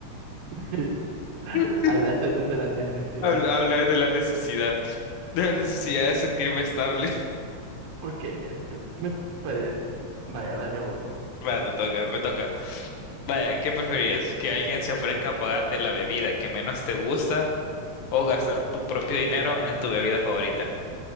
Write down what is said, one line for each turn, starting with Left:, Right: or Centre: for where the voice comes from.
Right: <laughs>
Left: <laughs>
Right: Hablaste desde la necesidad.
Left: Habla- Hablé de la necesidad, de la necesidad de sentirme estable. <laughs>
Right: Ok, eh, me parece. Vaya, dale vos.
Left: Va, te toca, me toca. Vaya, ¿qué preferirías? ¿Que alguien se ofrezca a pagarte la bebida que menos te gusta o gastar tu propio dinero en tu bebida favorita?